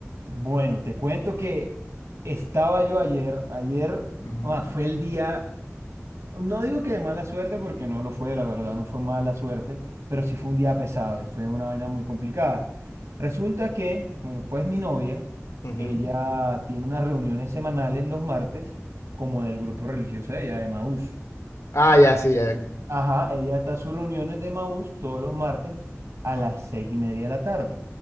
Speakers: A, on the right; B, on the left.
A: Bueno, te cuento que estaba yo ayer, ayer
B: Ujú,
A: ah, fue el día, no digo que de mala suerte porque no lo fue, la verdad, no fue mala suerte, pero sí fue un día pesado y fue una vaina muy complicada. Resulta que, bueno, pues mi novia,
B: ujú.
A: ella tiene unas reuniones semanales los martes como del grupo religioso de ella, de Maús.
B: Ah, ya, sí, ya.
A: Ajá, ella está a sus reuniones de Maús todos los martes a las seis y media de la tarde.